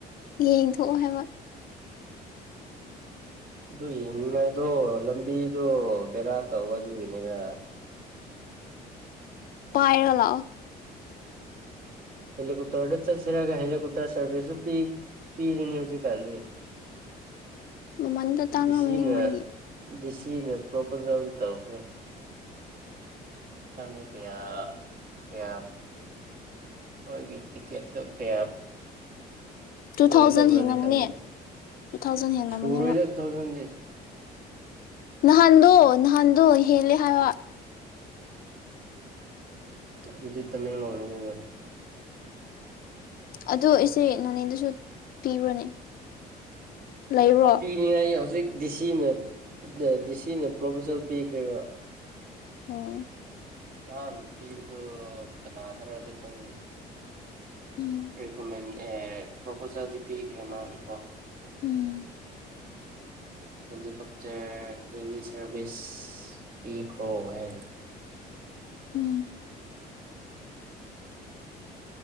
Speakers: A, on the left; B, on the right.
A: ꯌꯦꯡꯊꯣꯛꯑꯣ ꯍꯥꯏꯕ
B: ꯑꯗꯨ ꯌꯦꯡꯅꯤꯡꯉꯥꯏꯗꯣ ꯂꯝꯕꯤꯗꯣ ꯕꯦꯔꯥ ꯇꯧꯕ ꯑꯗꯨꯒꯤꯅꯤꯗ
A: ꯄꯥꯏꯔ ꯂꯥꯎꯑꯣ
B: ꯍꯦꯂꯤꯀꯣꯞꯇꯔꯗ ꯆꯠꯁꯤꯔꯒ ꯍꯦꯂꯤꯀꯣꯞꯇꯔ ꯁꯥꯔꯚꯤꯁꯁꯨ ꯄꯤ ꯄꯤꯔꯅꯤ ꯍꯧꯖꯤꯛꯀꯥꯟꯗꯤ
A: ꯃꯃꯟꯗꯣ ꯇꯥꯡꯉꯝꯃꯅꯤ
B: ꯗꯤ ꯁꯤ ꯅ
A: ꯃꯣꯏꯒꯤ
B: ꯗꯤ ꯁꯤ ꯁꯤꯅ ꯄ꯭ꯔꯣꯄꯣꯖꯦꯜ ꯇꯧꯈ꯭ꯔꯦ ꯈꯪꯗꯦ ꯀꯌꯥ ꯀꯌꯥ ꯃꯣꯏꯒꯤ ꯇꯤꯀꯦꯠꯇꯣ ꯀꯌꯥ
A: ꯇꯨ
B: ꯑꯣꯏꯗꯣ
A: ꯊꯥꯎꯖꯟ
B: ꯑꯣꯄꯔꯗꯤ
A: ꯍꯦꯜꯂꯝꯅꯤ
B: ꯈꯗ
A: ꯇꯨ ꯊꯥꯎꯖꯟ ꯍꯦꯜꯂꯝꯃꯅꯦꯕ
B: ꯁꯨꯔꯣꯏ ꯆꯗꯤ
A: ꯅꯍꯗꯨ ꯅꯍꯥꯟ ꯗꯣ ꯍꯦꯜꯂꯦ ꯍꯥꯏꯋꯥ
B: ꯑꯗꯨꯗꯤ ꯇꯃꯦꯡꯂꯣꯡꯅꯤꯗꯅ
A: ꯑꯗꯣ ꯑꯩꯁꯦ ꯅꯣꯅꯦꯗꯁꯨ ꯄꯤꯕ꯭ꯔꯣꯅꯦ ꯂꯩꯕ꯭ꯔꯣ
B: ꯄꯤꯅꯤꯉꯥꯢꯒꯤ ꯍꯧꯖꯤꯛ ꯗꯤꯁꯤꯅ ꯗꯤꯁꯤꯅ ꯄ꯭ꯔꯣꯄꯣꯖꯦꯜ ꯄꯤꯈ꯭ꯔꯦꯕ꯫
A: ꯑꯣ꯫
B: ꯅꯅ ꯇꯤꯔꯗꯨꯅꯥꯗ꯭ꯔꯣꯖꯤꯪꯅꯦ
A: ꯎꯝ
B: ꯔꯤꯀꯃꯦꯟ ꯑꯦ ꯄ꯭ꯔꯣꯄꯣꯖꯦꯜꯗꯤ ꯄꯤꯈ꯭ꯔꯦ ꯃꯥꯒꯤꯀꯣ
A: ꯎꯝ
B: ꯍꯦꯂꯤꯀꯣꯞꯇꯔ ꯍꯦꯂꯤ ꯁꯥꯔꯚꯤꯁ ꯄꯤꯈ꯭ꯔꯣ ꯍꯥꯏꯅ
A: ꯎꯝ꯫